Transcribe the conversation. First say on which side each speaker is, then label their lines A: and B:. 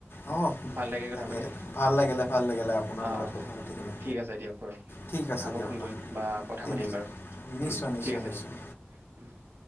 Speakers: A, on the left; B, on the right.
A: অঁ
B: ভাল লাগিল কথা
A: তাকে
B: পাতি।
A: তাকে ভাল লাগিলে ভাল লাগিলে আপোনাৰ
B: অ'
A: লগত
B: অ'
A: কথা পাতি কিনে
B: ঠিক আছে দিয়ক বাৰু।
A: ঠিক আছে
B: আকৌ
A: দিয়ক
B: ফোন কৰিম
A: অঁ
B: বা কথা
A: ঠিক
B: পাতিম
A: আছে
B: বাৰু।
A: নিশ্চয়,
B: উম
A: নিশ্চয়,
B: ঠিক
A: নিশ্চয়।
B: <unintelligible>